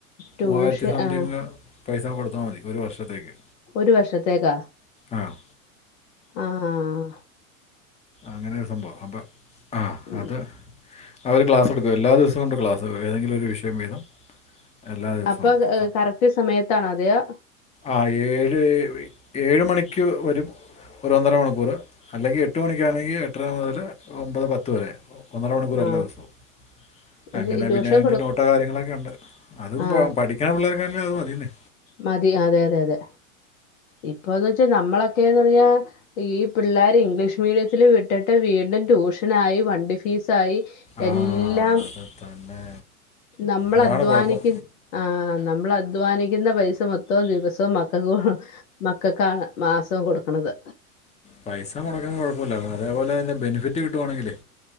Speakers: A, on the left; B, on the left.
A: ട്യൂഷൻ
B: മൂവായിരത്തി സംതിങ്
A: ആ
B: പൈസ കൊടുത്താ മതി ഒരു വർഷത്തേക്ക്
A: ഒരു വർഷത്തേക്കാ
B: ആഹ്
A: ആഹ്
B: അങ്ങനൊരു സംഭവവാ അപ്പ ആ
A: ഉം
B: അത് അവര് ക്ലാസെടുക്കും എല്ലാ ദിവസവും ഉണ്ട് ക്ലാസ് ഏതെങ്കിലും ഒരു വിഷയം വീതം എല്ലാ ദിവസവും
A: അപ്പൊ
B: ഉണ്ട്
A: കറക്റ്റ് സമയത്താണോ അതെയോ
B: ആഹ് ഏഴ് ഏഴ് മണിക്ക് വരും ഒരു ഒന്നര മണിക്കൂർ അല്ലെങ്കിൽ എ എട്ട് മണിക്കാണെങ്കിൽ എട്ടര മുതല് ഒമ്പത് പത്ത് വരെ ഒന്നര മണിക്കൂർ
A: ആ
B: എല്ലാ ദിവസവും
A: പക്ഷെ
B: അങ്ങനെ
A: ഈ ട്യൂഷൻ
B: പിന്നെ അതിൻ്റെ
A: കൊടു
B: നോട്ടോ കാര്യങ്ങളൊക്കെ ഉണ്ട് അതും
A: ആ
B: പഠിക്കണ പിള്ളേർക്കാണേ അത് മതീന്നെ
A: മതി അതെ അതെ അതെ ഇപ്പോന്ന് വെച്ചാ നമ്മളൊക്കെയെന്ന് പറഞ്ഞാ ഈ പിള്ളോര് ഇംഗ്ലീഷ് മീഡിയത്തില് വിട്ടിട്ട് വീണ്ടും ട്യൂഷനായി വണ്ടി ഫീസായി
B: ആ
A: എല്ലാം
B: അത് തന്നെ
A: നമ്മള്
B: അതാണ്
A: അധ്വാനിക്കു
B: കുഴപ്പം
A: ആഹ് നമ്മള് അധ്വാനി ക്കുന്ന പൈസ മൊത്തവും ദിവസവും മക്കക്ക് കൊ മക്കൾക്കാണ് മാസവും കൊടുക്കണത്
B: പൈസ മുടക്കന്നതിന് കുഴപ്പവില്ല അതേപോലെ തന്നെ ബെനിഫിറ്റ് കിട്ടുവാണെങ്കിലെ